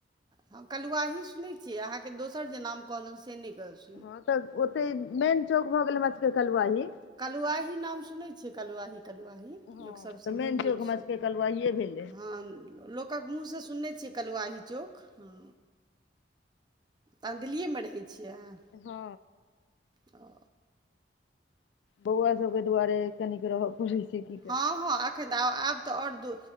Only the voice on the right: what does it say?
हँ कलुआही सुनै छियै, अहाँके दोसर जे नाम कहलऊ से नहि ग सु
कलुआही नाम सुनै छियै। कलुआही कलुवाही
लोक सब
सँ
मुंह
मं
सु,
हँ लोक क्क मुँह सँ सुनने छियै, कलुवाही चौक हँ तऽदिल्लीये मे रहै छियै अहां।
अँ
हँ-हँ एखन तऽ आब-आब तऽ अओर दू